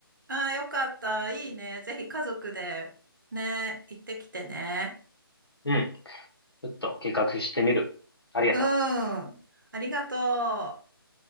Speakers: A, on the right; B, on the left.
A: ああ、よかった。いいね。ぜひ家族でね、行ってきてね。
B: うん、ちょっと計画してみる。ありがとう。
A: うん。ありがとう。